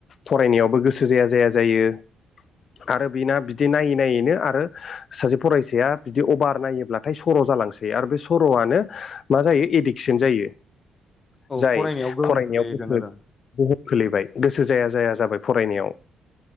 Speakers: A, on the left; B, on the left.
A: फरायनायावबो गोसो जाया जाया जायो। आरो बिना बिदि नायै नायैनो आरो सासे फरायसाया बिदि अभार नायोब्लाथाय सर' जालांसै आरो बे सर'आनो मा जायो एडिकसन जायो।
B: औ
A: जाय
B: फरायनायाव गोहोम
A: फरायनायाव
B: खोलैगोन
A: गोसो
B: आरो
A: गोहोम खोलैबाय गोसो जाया जाया जाबाय फरायनायाव